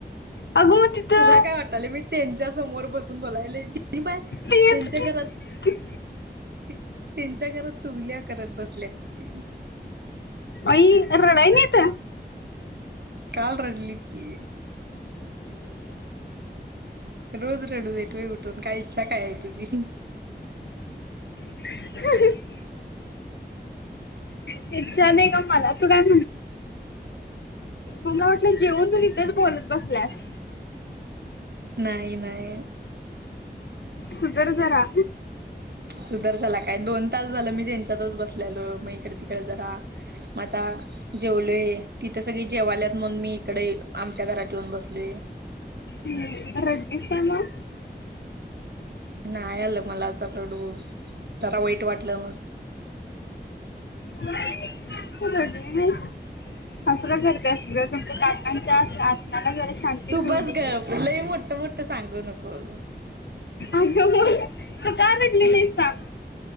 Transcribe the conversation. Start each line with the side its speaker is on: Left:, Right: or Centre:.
Left: अगं मग तिथं
Right: तुला काय वाटले मी, त्यांच्या समोर बसून बोलायले बाय त्यांच्या
Left: तेच की
Right: घरात.
Left: ती-
Right: त्यांच्या घरात चुगल्या करत बसल्यात ति.
Left: अई रडय नाहीेत.
Right: काल रडलित की. रोज रडू देतोय उठून काय इच्छा काय आहे तुझी.
Left: ह.. इच्छा नाही का मला तू काय म्ह मला वाटलं जेवन तू तिथंच बोलत बसल्यास.
Right: नाहीय, नाहीय.
Left: सुधर जरा.
Right: सुदर्शला काय दोन तास झालं मी त्यांच्यातच बसलेलो मग इकडे, तिकडे जरा म आता जेवलोय तिथं सगळी जेवाल्यात म्हणून मी इकडे आमच्या घरात येऊन बसलेय.
Left: हम्म. डिसेंबर.
Right: नाही आल मला वाटला तो त्याला वाईट वाटल.
Left: ह <unintelligible> तु रडली नाहीस. असलं करतात ग तुमच्या काकांच्या आत्माला जरा शांती
Right: तू
Left: मिळू
Right: बस
Left: दे
Right: गप
Left: की
Right: लई मोठ, मोठ सांगू नकोस.
Left: अग मग का रडली नाही सांग.